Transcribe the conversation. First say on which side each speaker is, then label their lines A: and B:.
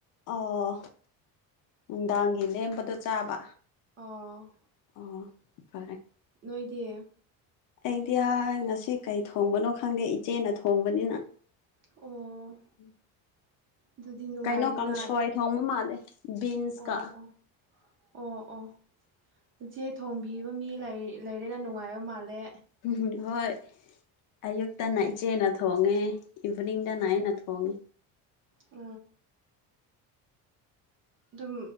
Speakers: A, on the left (about 55°); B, on the right (about 35°).
A: ꯑꯣ ꯅꯨꯡꯗꯥꯡꯒꯤ ꯂꯦꯝꯕꯗꯣ ꯆꯥꯕ
B: ꯑ
A: ꯑꯣ ꯐꯔꯦ
B: ꯅꯣꯏꯗꯤꯌꯦ
A: ꯑꯩꯗꯤ ꯉꯁꯤ ꯀꯩ ꯊꯣꯡꯕꯅꯣ ꯈꯪꯗꯦ ꯏꯆꯦꯅ ꯊꯣꯡꯕꯅꯤꯅ ꯎꯝ
B: ꯑꯣ ꯑꯗꯨꯗꯤ ꯅꯨꯡꯉꯥꯏꯔꯦꯅ
A: ꯀꯩꯅꯣ ꯀꯥꯡꯁꯣꯏ
B: ꯑꯣ
A: ꯊꯣꯡꯕ ꯃꯥꯜꯂꯦ ꯕꯤꯟꯁꯀ
B: ꯑꯣ ꯑꯣ ꯑꯣ ꯏꯆꯦ ꯊꯣꯡꯕꯤꯕ ꯃꯤ ꯂꯩꯔꯦꯅ ꯅꯨꯡꯉꯥꯏꯕ ꯃꯥꯜꯂꯦ
A: ꯝ ꯍꯣꯏ ꯑꯌꯨꯛꯇꯅ ꯏꯆꯦꯅ ꯊꯣꯡꯉꯦ ꯏꯚꯅꯤꯡꯗ ꯅꯅꯥꯏ ꯅ ꯊꯣꯡꯒꯦ
B: ꯑ ꯑꯗꯨꯝ